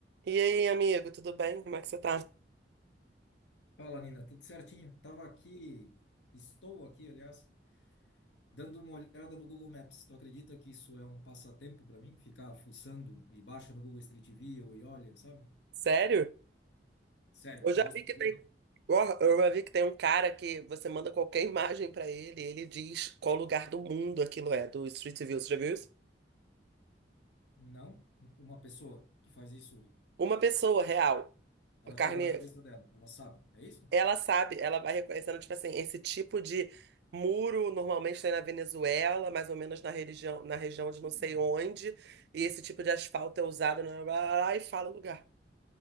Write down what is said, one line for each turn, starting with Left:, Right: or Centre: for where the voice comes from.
Right: E aí, amigo, tudo bem? Como é que você tá?
Left: Fala, Nina, tudo certinho? Tava aqui, estou aqui, aliás, dando uma olhada no Google Maps. Tu acredita que isso é um passatempo para mim? Ficar fuçando e baixa no Google Street View e olha, sabe?
Right: Sério?
Left: Sério,
Right: Eu já
Left: gosto.
Right: vi que
Left: Não,
Right: tem, Ó, eu já vi que tem um cara que você manda qualquer imagem pra ele, e ele diz qual lugar do mundo aquilo é, do Street View, você já viu isso?
Left: não, uma pessoa que faz isso,
Right: Uma pessoa real,
Left: ela
Right: a carne,
Left: tira da cabeça dela, ela sabe, é isso?
Right: ela sabe, ela vai reconhecendo, tipo assim, esse tipo de muro normalmente tem na Venezuela, mais ou menos na religião, na região de
Left: Hum.
Right: não sei onde, e esse tipo de asfalto é usado, blá, blá, blá, blá, e fala o lugar.